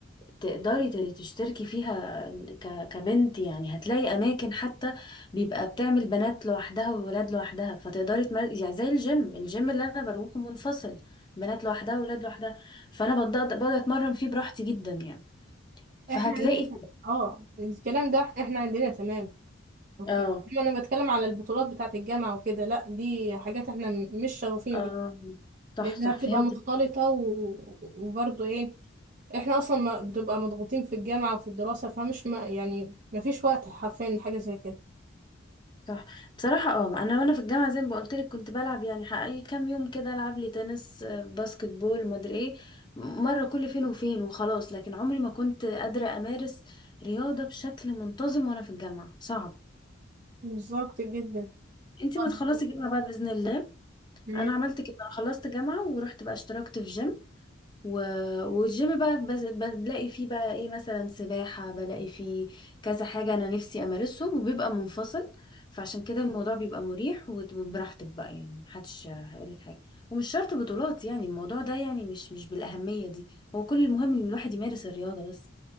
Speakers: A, on the left (about 25°); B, on the right (about 45°).
A: تقدري ت- تشتركي فيها ك- كبنت يعني هتلاقي اماكن حتى بيبقى بتعمل بنات لوحدها وولاد لوحدها فتقدري تمر... يعني زي الجيم الجيم اللي انا بروحه منفصل بنات لوحدها وولاد لوحدها فانا بقدر بقدر اتمرن فيه براحتي جدا يعني فهتلاقي
B: احنا عندنا اه الكلام ده احنا عندنا تمام اوكي
A: اه
B: لما انا بتكلم على البطولات بتاعة الجامعة وكده لا دي حاجات احنا م- مش شغوفين
A: اه
B: بيها
A: صح
B: لانها
A: صح
B: بتبقى
A: فهمت
B: مختلطه و... وبرضه ايه احنا اصلا ما بنبقى مضغوطين في الجامعه وفي الدراسه فمش ما يعني ما فيش وقت حرفيا لحاجه زي كده
A: صح بصراحة اه انا وانا في الجامعة زي ما قلت لك كنت بلعب يعني حقيقي كام يوم كده العب لي تنس آه، باسكت بول ومدري ايه مرة كل فين وفين وخلاص لكن عمري ما كنت قادرة امارس رياضة بشكل منتظم وانا في الجامعة صعب
B: بالظبط جدا
A: انتي
B: طب
A: ما تخلصي جامعة بقى بإذن الله
B: مم.
A: انا عملت كده انا خلصت جامعة ورحت بقى اشتركت في جيم و... والجيم بقى بس بلاقي فيه بقى ايه مثلا سباحة بلاقي فيه كذا حاجة انا نفسي امارسهم وبيبقى منفصل فعشان كده الموضوع بيبقى مريح وت- وبراحتك بقى يعني محدش هيقولك حاجة ومش شرط بطولات يعني الموضوع ده يعني مش مش بالأهمية دي هو كل المهم ان الواحد يمارس الرياضة بس